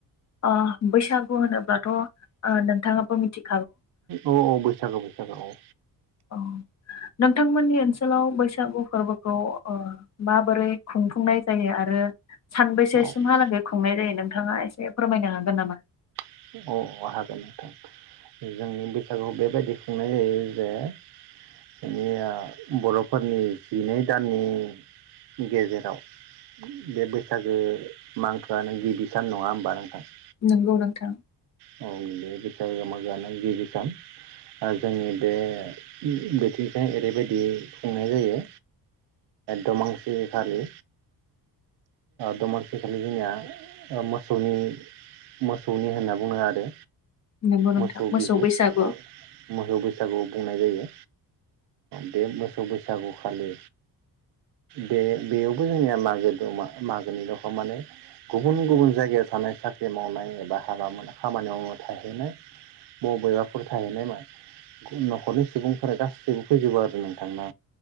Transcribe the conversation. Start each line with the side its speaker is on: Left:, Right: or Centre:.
Left: अ बैसागु होनोब्लाथ' ओ नोंथाङा कमिटि
Right: औ -औ बैसागो हेलौ
Left: <unintelligible>
Right: औ <unintelligible>
Left: नंगौ नोंथां
Right: औ बे बैसागो मागोआनो गिबि सान जोंनि बे बोथिंफ्राय ओरैबायदि खुंनाय जायो दमांसिखालि दमांसिखालि जोंनिया मोसौनि सौनि होनना बुङो आरो
Left: नंगौ नोंथां
Right: मोसौ बिहु
Left: बैसागु
Right: औ मोसौ बैसागुआव बुंनाय जायो। बे मोसौ बैसागुखालि बे बेयावबो जोंनिया मागो दमा मागोनि दखा माने गुबुन गुबुन जायगायाव थानाय साख्रि मावनाय एबा हाबा मोन खामानि मावनो थाहैनाय बबेबाफोर थाहैनाय न'खरनि सुबुंफोरा गासैबो फैजोबो आरो नोंथांना?